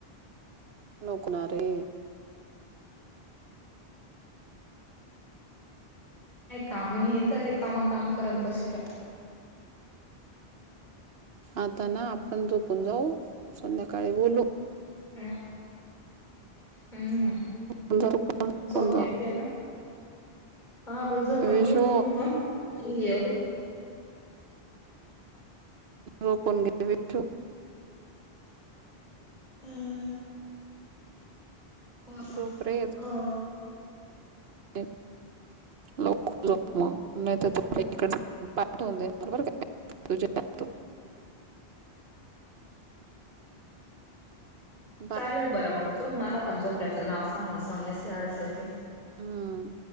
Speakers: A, on the right; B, on the left.
A: नको ना रे..
B: नाही काम नाही तर रिकाम काम करत बसतो.
A: आता ना आपण झोपून जाऊ संध्याकाळी बोलू
B: हम्. हम्म
A: कोण जा झोपून
B: झोप
A: कोण जा
B: येते ना? हा बाई झोपून
A: विशो
B: घेते मी पण हे एवढं
A: रोपण घे भ <inaudible>
B: हम् हम्म, हो सांग.
A: झोप रे
B: हो
A: <inaudible> लवक झो नाही तर इकड पॅ बरोबर काय <inaudible> तुझ्या त्या बाय
B: चालेल बरं मग झोप मला पण झोप्याचं नाव सांगून सांगून नसते आळस येते.
A: हम्म